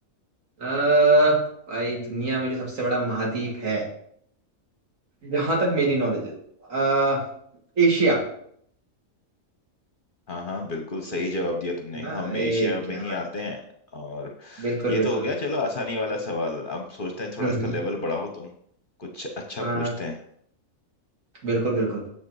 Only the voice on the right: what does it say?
अ भाई दुनिया में जो सबसे बड़ा महाद्वीप है जहां तक मेरी नॉलेज है अ, एशिया
है ना
अरे
क्या
बात
है
बिल्कुल
बिल्कुल
हम्म
हम्म,
हाँ
बिल्कुल बिल्कुल